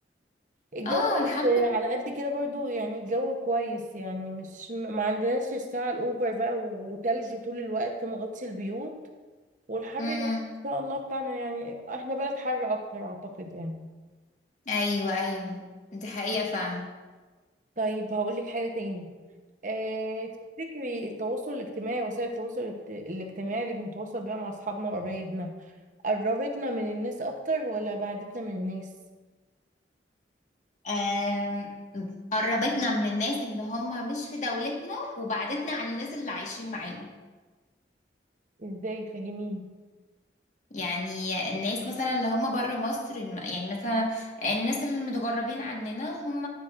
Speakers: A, on the right (about 45°); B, on the left (about 45°).
A: الجو
B: اه
A: بجد
B: الحمد لله
A: على قد كده برضو يعني الجو كويس يعني مش ما عندناش الساعة الأوفر بقى وتلج طول الوقت مغطي البيوت والحر
B: امم
A: يعني ان شاء الله بتاعنا يعني احنا بلد حر اكتر اعتقد يعني
B: ايوه ايوه دي حقيقه فعلا
A: طيب هقولك حاجة تاني اه تفتكري التواصل الاجتماعي وسائل التواصل الاجت- الاجتماعي اللي بنتواصل بيها مع اصحابنا وقرايبنا قربتنا من الناس اكتر ولا بعدتنا من الناس
B: آم، قربتنا من الناس اللي هم مش في دولتنا وبعدتنا عن الناس اللي عايشين معانا
A: ازاي فاهمين
B: يعني الناس مثلا اللي هم بره مصر يعني مثلا الناس اللي متغربين عننا هم